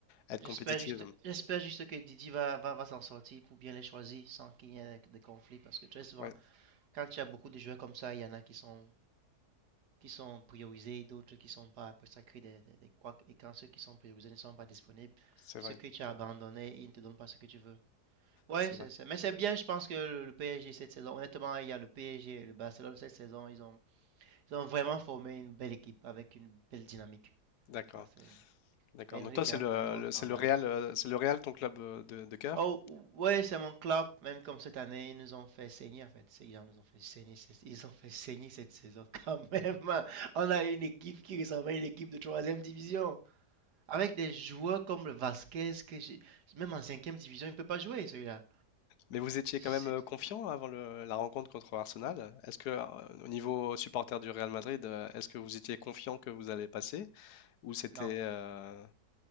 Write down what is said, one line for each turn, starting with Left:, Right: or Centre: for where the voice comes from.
Left: être
Right: J'espère
Left: compétitives.
Right: juste, j'espère juste que Didi va, va, va s'en sortir pour bien les choisir sans qu'il y ait de conflits. Parce que très souvent,
Left: Ouais,
Right: quand il y a beaucoup de joueurs comme ça, il y en a qui sont, qui sont priorisés, d'autres qui sont pas. Après, ça crée des, des, des couacs. Et quand ceux qui sont priorisés ne sont pas disponibles,
Left: c'est vrai,
Right: ceux que tu as abandonnés, ils ne te donnent pas ce que tu veux. Ouais,
Left: c'est
Right: c'est,
Left: vrai.
Right: c'est- mais c'est bien, je pense que le, le PSG cette saison, honnêtement, il y a le PSG et le Barcelone cette saison, ils ont, ils ont vraiment formé une belle équipe avec une belle dynamique.
Left: D'accord,
Right: Ça, c'est
Left: d'accord.
Right: Henry
Left: Donc toi,
Right: qui
Left: c'est
Right: a
Left: le,
Right: fait un bon
Left: le-
Right: travail.
Left: c'est le Real, euh, c'est le Real ton club euh, de, de cœur?
Right: Oh, ouais, c'est mon club, même comme cette année, ils nous ont fait saigner, en fait. Ces gens nous ont fait saigner, c'est- ils ont fait saigner cette saison quand même. <laughs> On a une équipe qui ressemble à une équipe de troisième division. Avec des joueurs comme le Vasquez, que j'ai, même en cinquième division, il ne peut pas jouer, celui-là.
Left: Mais vous étiez
Right: C'est-
Left: quand même euh, confiant avant le- la rencontre contre Arsenal. Est-ce que, euh, au niveau supporter du Real Madrid, euh, est-ce que vous étiez confiant que vous allez passer? Ou c'était...
Right: Non.
Left: euh,